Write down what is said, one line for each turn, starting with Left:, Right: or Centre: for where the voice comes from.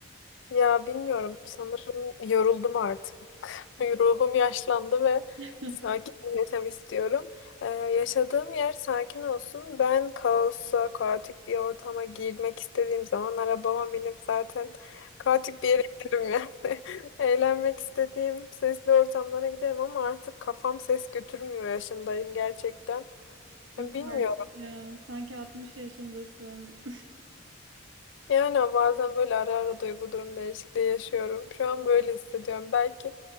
Left: Ya bilmiyorum sanırım yoruldum artık. <laughs> Ruhum yaşlandı ve
Right: <laughs>
Left: sakin bir yaşam istiyorum. Ee, yaşadığım yer sakin olsun. Ben kaosa, kaotik bir ortama girmek istediğim zaman arabama binip zaten kaotik bir yere giderim yani. <laughs> Eğlenmek istediğim sesli ortamlara giderim ama artık kafam ses götürmüyor yaşındayım gerçekten.
Right: Yok
Left: Bilmiyorum.
Right: artık ya. Sanki 60 yaşındasın.
Left: Yani bazen böyle ara ara duygu durum değişikliği yaşıyorum. Şu an böyle hissediyorum. Belki